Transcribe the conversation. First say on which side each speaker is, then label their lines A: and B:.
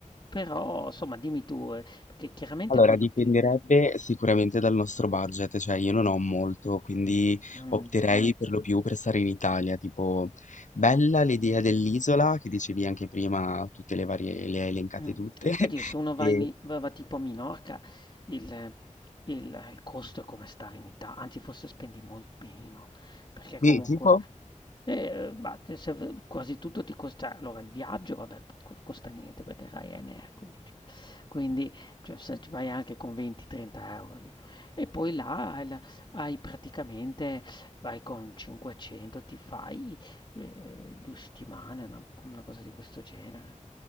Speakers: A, on the left; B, on the left.
A: però somma dimmi tu, ehm, perché chiaramente
B: Allora,
A: quello
B: dipenderebbe
A: più
B: sicuramente dal nostro budget, cioè io non ho molto, quindi
A: mh.
B: opterei per lo più per stare in Italia, tipo bella l'idea dell'isola che dicevi anche prima, tutte le varie, le hai elencate
A: Mh.
B: tutte, <laughs>
A: Beh, Dio, se uno va
B: e
A: in i va va tipo a Minorca il il il costo è come stare in Ita anzi forse spendi molt meno, perché comunque
B: sì, tipo
A: eh, ma te se v quasi tutto ti costa allora il viaggio vabbè p co costa niente perché è Ryanair, quindi cioè quindi cioè se ci vai anche con 20, 30 € lì. E poi là hai la hai praticamente vai con 500 ti fai ehm, 2 settimane, una una cosa di questo genere.